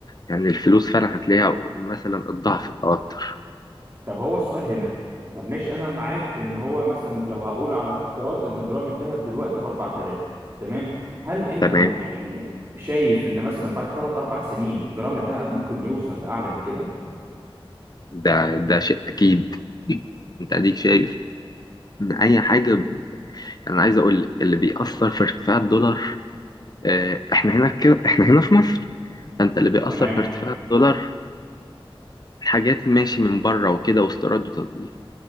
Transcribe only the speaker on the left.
يعني الفلوس فعلا هتلاقيها مثلا الضعف او اكتر
تمام
ده ده شيء اكيد انت اديك شايف ان اي حاجه يعني انا عايز اقول لك اللي بيأثر في ارتفاع الدولار آه، احنا هنا كده احنا هنا في مصر فانت اللي بيأثر
في ارتفاع الدولار حاجات ماشي من بره وكده واستيراد وتصدير